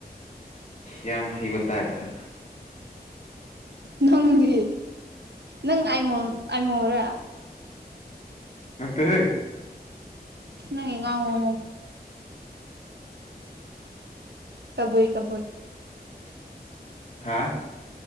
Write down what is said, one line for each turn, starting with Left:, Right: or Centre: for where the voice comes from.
Left: ꯌꯥꯝ ꯍꯩꯕ ꯇꯔꯗ
Right: ꯅꯪꯒꯤ ꯅꯪꯃꯣꯟ ꯑꯥꯏꯃꯣꯟꯔ
Left: ꯅꯠꯇꯦꯍꯦ
Right: ꯎꯉꯉ ꯎꯣ ꯀꯕꯨꯏ ꯀꯕꯨꯏ
Left: ꯍꯥꯥ